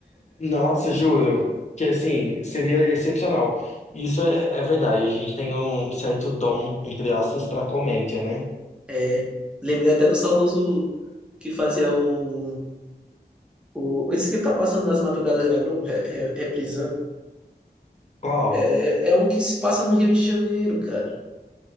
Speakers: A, on the left; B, in the centre.
A: nossa, juro. Que, assim, seria excepcional. Isso é, é verdade, a gente tem um certo dom, entre aspas, pra comédia, né?
B: É. Lembrei até do saudoso que fazia o. o esse que tá passando nas madrugadas da Globo, re- re- reprisando.
A: Qual?
B: É, é um que se passa no Rio de Janeiro, cara.